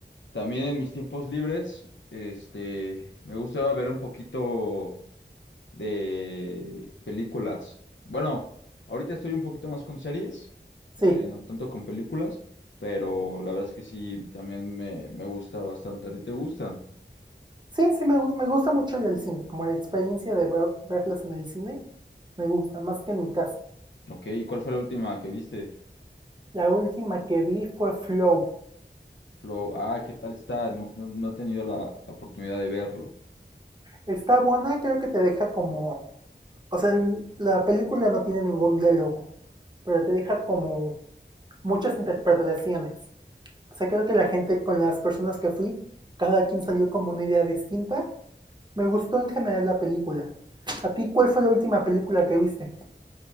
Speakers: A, on the left; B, on the right.
A: También en mis tiempos libres, este, me gusta ver un poquito de películas. Bueno, ahorita estoy un poquito más con series, eh,
B: Sí,
A: no tanto con películas, pero la verdad es que sí, también me, me gusta bastante. ¿A ti te gustan?
B: sí, sí, me, me gusta mucho ir al cine, como la experiencia de ver, verlas en el cine, me gusta más que en mi casa.
A: Ok, ¿y cuál fue la última que viste?
B: La última que vi fue Flow.
A: Flow, ah, ¿qué tal está? No, no, no he tenido la, la oportunidad de verlo.
B: Está buena, creo que te deja como... O sea, la película no tiene ningún diálogo, pero te deja como muchas interpretaciones. O sea, creo que la gente con las personas que fui, cada quien salió como una idea distinta. Me gustó en general la película. ¿A ti cuál fue la última película que viste?